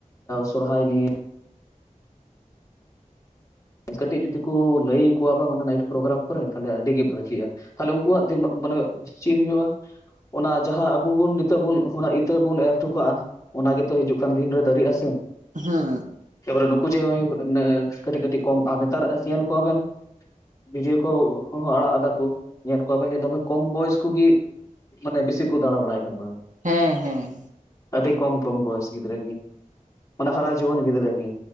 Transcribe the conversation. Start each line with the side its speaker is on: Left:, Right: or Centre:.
Left: ᱥᱚᱨᱦᱟᱭ ᱱᱤᱭ ᱠᱟᱹᱴᱤᱡ ᱡᱩᱫᱤ ᱠᱚ ᱞᱟᱹᱭ ᱟᱠᱚᱣᱼᱟ ᱵᱟᱝ ᱚᱱᱟ ᱱᱟᱭᱤᱴ ᱯᱨᱳᱜᱨᱟᱢ ᱠᱚᱨᱮ ᱛᱟᱦᱚᱞᱮ ᱟᱹᱰᱤ ᱜᱮ ᱵᱷᱟᱹᱜᱤᱜᱼᱟ᱾ ᱛᱟᱦᱚᱞᱮ ᱩᱱᱠᱩᱣᱟᱜ ᱢᱟᱱᱮ ᱪᱮᱫ ᱦᱩᱭᱩᱜᱼᱟ? ᱚᱱᱟ ᱡᱟᱦᱟᱸ ᱟᱵᱚ ᱵᱚᱱ ᱱᱤᱛᱚᱜ ᱵᱩᱱ ᱚᱱᱟ ᱤᱛᱟᱹ ᱵᱩᱱ ᱮᱨ ᱦᱚᱴᱚ ᱠᱟᱜᱼᱟ᱾ ᱚᱱᱟ ᱜᱮ ᱛᱚ ᱦᱤᱡᱩᱜ ᱠᱟᱱ ᱫᱤᱱ ᱨᱮ ᱫᱟᱨᱤᱜᱼᱟ ᱥᱮ᱾
Right: ᱦᱮᱸ ᱾
Left: ᱮᱯᱚᱨᱮ ᱱᱩᱠᱩ ᱡᱮ ᱠᱟᱹᱴᱤᱡ ᱠᱟᱹᱴᱤᱡ ᱠᱚᱢ, ᱟᱨ ᱱᱮᱛᱟᱨ ᱧᱮᱞ ᱠᱚᱣᱟᱵᱮᱱᱼᱼ ᱵᱷᱤᱰᱭᱳ ᱠᱚ ᱦᱚᱸ ᱟᱲᱟᱜ ᱮᱫᱟ ᱠᱚ ᱧᱮᱞ ᱠᱚᱣᱟᱵᱮᱱ ᱡᱮ ᱫᱚᱢᱮ ᱠᱚᱢ ᱵᱚᱭᱮᱥ ᱠᱚᱜᱮᱼᱼ ᱢᱟᱱᱮ ᱵᱤᱥᱤ ᱠᱚ ᱫᱟᱲ ᱵᱟᱲᱟᱭ ᱠᱟᱱᱟ ᱾
Right: ᱦᱮᱸ ᱦᱮᱸ
Left: ᱟᱹᱰᱤ ᱠᱚᱢ ᱠᱚᱢ ᱵᱚᱭᱮᱥ ᱜᱤᱫᱽᱨᱟᱹ ᱜᱮ ᱾ ᱢᱟᱱᱮ ᱦᱟᱨᱟ ᱡᱩᱣᱟᱹᱱ ᱜᱤᱫᱽᱨᱟᱹ ᱜᱮ,